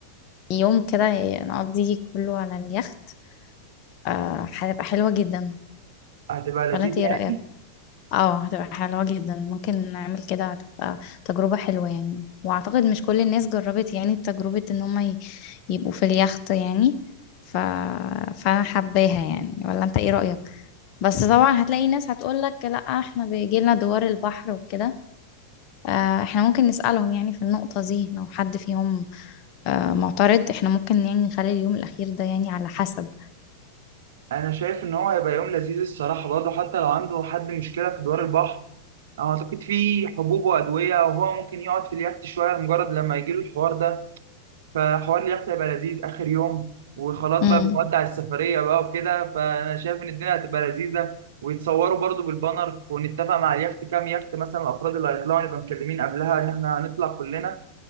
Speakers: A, on the left; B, on the right.
A: يوم كده نقضيه كله على اليخت آه هتبقى حلوة جدا
B: هتبقى لذيذة
A: ولا انت ايه
B: يعني
A: رأيك اه هتبقى حلوة جدا ممكن نعمل كده هتبقى تجربة حلوة يعني واعتقد مش كل الناس جربت يعني تجربة ان هم ي- يبقوا في اليخت يعني ف... فانا حباها يعني ولا انت ايه رأيك بس طبعا هتلاقي ناس هتقولك لا احنا بيجيلنا دوار البحر وكده آه، احنا ممكن نسألهم يعني في النقطة دي لو حد فيهم آه، معترض احنا ممكن يعني نخلي اليوم الأخير ده يعني على حسب
B: أنا شايف إن هو هيبقى يوم لذيذ الصراحة برضه حتى لو عنده حد مشكلة في دوار البحر أعتقد في حبوب وأدوية وهو ممكن يقعد في اليخت شوية لمجرد لما يجيله الحوار ده فحوار اليخت هيبقى لذيذ آخر يوم وخلاص
A: مم.
B: بقى بنودع السفرية بقى وكده فأنا شايف إن الدنيا هتبقى لذيذة ويتصوروا برضو بالبانر ونتفق مع اليخت كام يخت مثلا الأفراد اللي هيطلعوا نبقى مكلمين قبلها إن إحنا هنطلع كلنا